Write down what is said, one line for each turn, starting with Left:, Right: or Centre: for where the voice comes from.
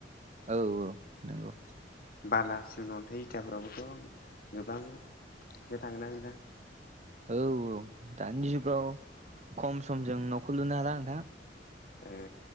Right: औ औ नंगौ
Left: बाला सिमेन्ट अन्थाइ इथाफोरावबोथ' गोबां फैसा थांङो ना नोंथां
Right: औ औ दानि जुगाव खम समजों न'खौ लुनो हाला नोंथां
Left: ओ